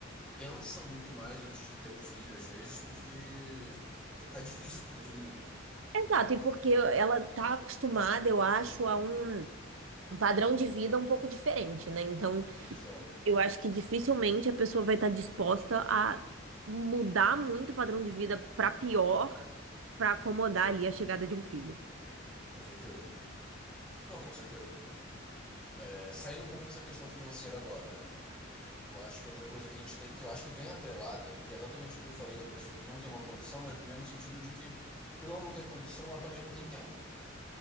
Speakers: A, in the centre; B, on the right (about 80°).
A: pensa muito mais antes de ter o filho, às vezes, porque tá difícil para todo mundo, né?
B: Exato, e porque ela tá acostumada, eu acho, a um padrão de vida um pouco diferente, né? Então,
A: Exato,
B: Eu acho que dificilmente a pessoa vai estar disposta a mudar muito o padrão de vida para pior, para acomodar ali a chegada de um filho.
A: com certeza. Não, com certeza. É, saindo um pouco dessa questão financeira agora, né? Eu acho que outra coisa que a gente tem, que eu acho que vem atrelada, que é exatamente o que eu falei da pessoa que não tem uma condição, mas no mesmo sentido de que, por ela não ter condição, ela também não tem tempo.